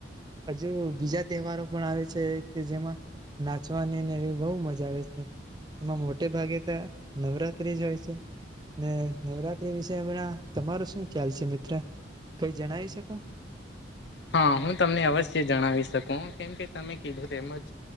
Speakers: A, on the right; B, on the left.
A: હજુ બીજા તહેવારો પણ આવે છે કે જેમાં નાચવાની ને એવી બહુ મજા આવે છે. એમાં મોટે ભાગે ત્યા નવરાત્રી જ હોય છે. ને નવરાત્રી વિશે હમણાં તમારો શું ખ્યાલ છે મિત્ર, કઈ જણાવી શકો?
B: હા હું તમને અવશ્ય જણાવી શકું કેમ કે તમે કીધું તેમજ